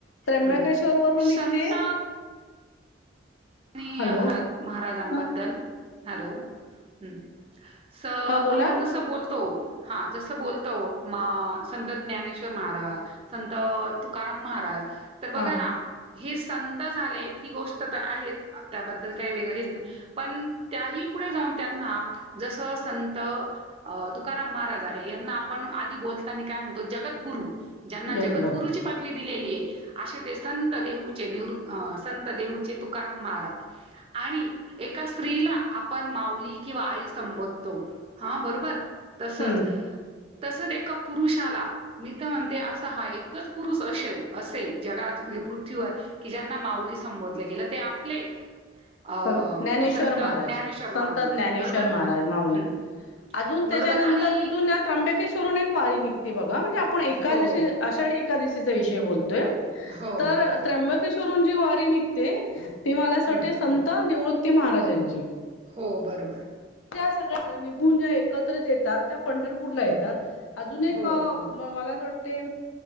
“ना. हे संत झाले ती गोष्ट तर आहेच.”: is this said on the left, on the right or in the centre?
Right